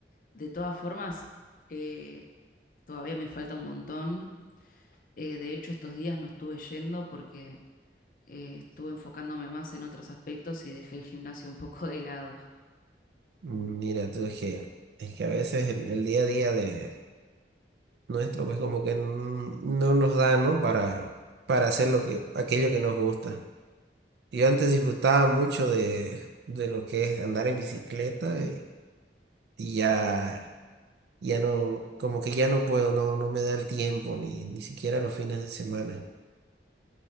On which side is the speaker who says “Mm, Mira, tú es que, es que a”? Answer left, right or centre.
Right